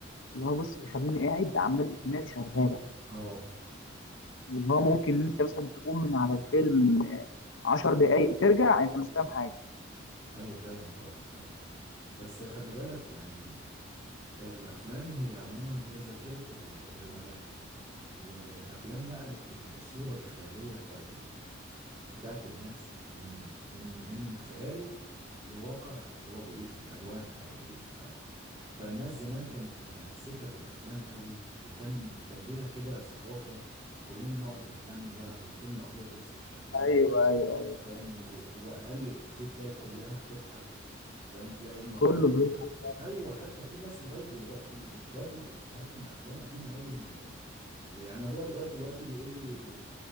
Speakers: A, on the left; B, on the right.
A: اللي هو بص يخليني قاعد عمال دماغي شغاله
B: اه
A: اللي هو ممكن انت مثلا تقوم من على الفيلم عشر دقايق ترجع انت مش فاهم حاجه
B: ايوه فاهم طبعا فاهم بس خلي بالك يعني الافلام هي عموما هي ذاكرة ال- الروايات والافلام نقلت الصورة الخيالية بتاعت ال- بتاعت الناس من من من خياله لواقع هو بيعيشه لألوان حقيقية ف فالناس زمان كانت متمسكة بالأفلام قوي وكان كان ليها كده ثقافة كلنا نقعد نتلم بقى والفيلم أبيض وأسود شغال
A: ايوه ايوه
B: أنت فاهم و- وأقل إفيه تلاقي كلها بتضحك فاهم تلاقي أمك
A: كله
B: قاعدة بتضحك
A: بيفتح
B: أيوة حتى في ناس لغاية دلوقتي بتردد إفيهات من أفلام قديمة قوي ال- ال- يعني أبويا لغاية دلوقتي بيقول لي